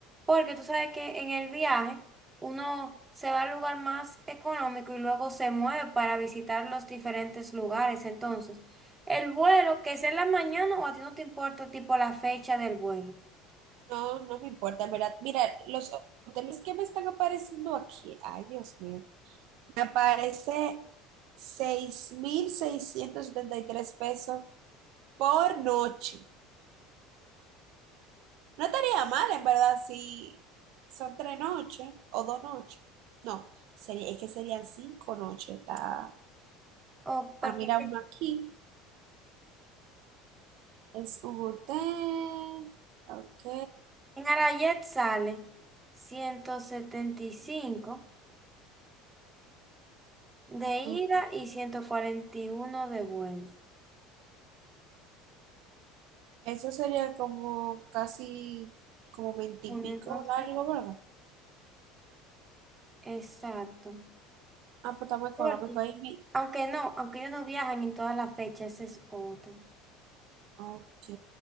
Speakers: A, on the right (about 15°); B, on the right (about 65°).
A: Porque tú sabes que en el viaje uno se va al lugar más económico y luego se mueve para visitar los diferentes lugares. Entonces, el vuelo, que es en la mañana o a ti no te importa tipo la fecha del vuelo.
B: No, no me importa, en ¿verdad? Mira, los hoteles que me están apareciendo aquí. Ay, Dios mío. Me aparece 6.673 pesos por noche. No estaría mal, en verdad, si son tres noches o dos noches. No, sería, es que serían cinco noches. Está,
A: O porque
B: ah mira
A: que-
B: uno aquí. Es un hotel. Ok.
A: en Arayet sale 175 de ida
B: Ujú.
A: y 141 de vuelta.
B: Eso sería como casi como veintipico
A: Bueno, entonces,
B: largo, ¿verdad?
A: exacto.
B: Ah, pues está muy económico
A: Porque,
B: ahí. mi-
A: aunque no, aunque ellos no viajan en todas las fechas, ese es otro.
B: Ok.